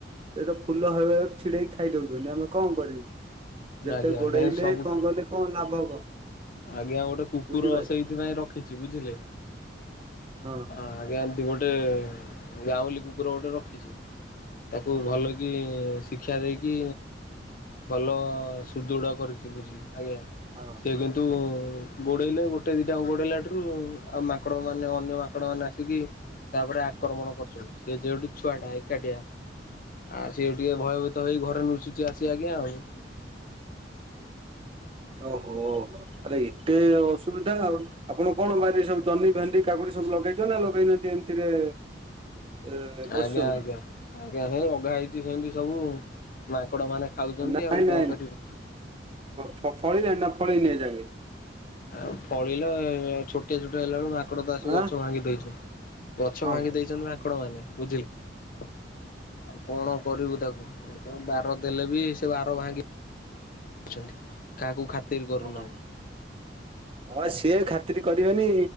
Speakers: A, on the right; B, on the left.
A: ସେ ତ ଫୁଲ ହେଲା ବେଳକୁ ଛିଡ଼େଇକି ଖାଇ ଦଉଛନ୍ତି ଆମେ କଣ କରିବୁ? ଯେତେ
B: ଆଜ୍ଞା
A: ଘୋଡେ଼ଇଲେ
B: ହେ ସବୁ
A: କଣ କଲେ କଣ ଲାଭ କଣ?
B: ଆଜ୍ଞା ଗୋଟେ କୁକୁର
A: ବୁଝିପାରିଲେ
B: ସେଇଥିପାଇଁ ରଖିଛୁ ବୁଝିଲେ।
A: ହଁ।
B: ହଁ ଆଜ୍ଞା ଏଠି ଗୋଟେ ଗାଉଁଲି କୁକୁର ଗୋଟେ ରଖିଛୁ। ତାକୁ
A: ହଁ।
B: ଭଲକି କି ଶିକ୍ଷା ଦେଇକି ଭଲ ସୁଦୃଢ କରିଛି ବୁଝ-ଆଜ୍ଞା।
A: ହଁ
B: ସେ
A: ହଁ।
B: କିନ୍ତୁ ମୁଁ ଗୋଡେଇଲେ ଗୋଟେ ଦିଟା ଗୋଡେଇଲାଠରୁ ଆଉ ମାଙ୍କଡ ମାନେ ଅନ୍ୟ ମାଙ୍କଡ ମାନ ଆ ତାପରେ ଆକ୍ରମଣ କରୁଛନ୍ତି। ସେ ଯେଉଠୁ ଛୁଆଟା ଏକାଟିଆ ଆ ସିଏ ଟିକେ ଭୟଭୀତ ହେଇ ଘରେ ନୁଚିଛି ଆସ ଆଜ୍ଞା ଆଉ
A: ଓହୋ ତାହଲେ ଏତେ ଅସୁବିଧା ଆଉ। ଆପଣ କଣ ବାରିରେ ସବୁ ଜହ୍ନି, ଭେଣ୍ଡି, କାକୁଡି ସବୁ ଲଗେଇଛନ୍ତି ନା ଲଗେଇନାହାନ୍ତି ଏମିତିରେ ଏ ବସିଛନ୍ତି
B: ଆଜ୍ଞା - ଆଜ୍ଞା- ଆଜ୍ଞା। ସେ ଲଗା ହେଇଛି ସେମତି ସବୁ ମାଙ୍କଡ ମାନେ ଖାଉଛନ୍ତି
A: ନାଇଁ
B: ଆଉ କଣ
A: -ନାଇଁ
B: କରିବୁ।
A: -, ଫଳିଲାଣି ନା ଫଳିନେଇ ଏଯାକେ?
B: ଆଉ ଫଳିଲେ ଛୋଟିଆ ଛୋଟିଆ ହେଲା ବେଳକୁ ମାକଡ ତ ଆସିକି
A: ଆଁ
B: ଗଛ ଭାଙ୍ଗି ଦେଇଛନ୍ତି ଗଛ
A: ହଁ
B: ଭାଙ୍ଗି ଦେଇଛନ୍ତି ମାଙ୍କଡ ମାନେ ବୁଝିଲେ ଆଉ କଣ କରିବୁ ତାକୁ ବାର ଦେଲେ ବି ସେ ବାର ଭାଙ୍ଗି ଦଉଛନ୍ତି କାହାକୁ ଖାତିର କରୁନାହାନ୍ତି।
A: ହଁ। ହଁ, ସିଏ ଖାତିର କରିବେନି।